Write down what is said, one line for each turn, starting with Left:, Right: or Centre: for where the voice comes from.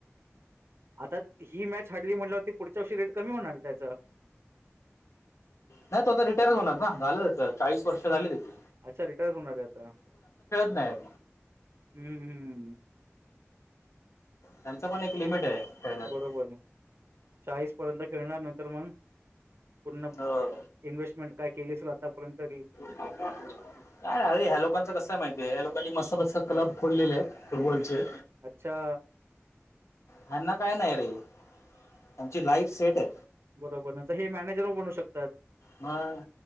Right: आता, ही मॅच हरली म्हटल्यावर पुढच्या वर्षी रेट कमी होणार त्याचा.
Left: नाही तो आता रिटायरच होणार ना झालं त्याच चाळीस वर्ष झाले त्याचे.
Right: अच्छा रिटायर होणार आहे आता,
Left: नाहीत
Right: हम्म हम्म.
Left: त्यांच पण एक लिमिट आहे. खेळण्याचं
Right: बरोबर आहे, चाळीस पर्यंत खेळणार नंतर मंग पूर्ण,
Left: हो.
Right: इन्व्हेस्टमेंट काय केली असेल आतापर्यंत तरी.
Left: <unintelligible> काय आहे हया लोकांचं कस हे माहितीय, ह्या लोकांनी मस्त मस्त क्लब खोलेले आहेत फूटबॉल चे
Right: अच्छा
Left: ह्यांना काय नाय रे, ह्यांची लाईफ सेट हे.
Right: बरोबर ना तर हे, मॅनेजर बनू शकतात,
Left: मग